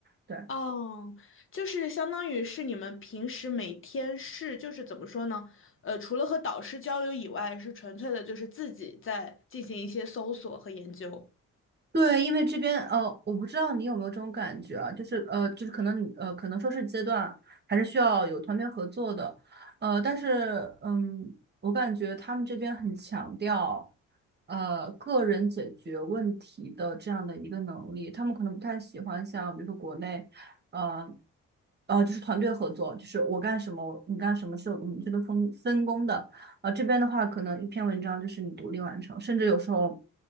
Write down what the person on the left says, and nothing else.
哦，就是相当于是你们平时每天是，就是怎么说呢？呃，除了和导师交流以外，是纯粹的，就是自己在进行一些搜索和研究。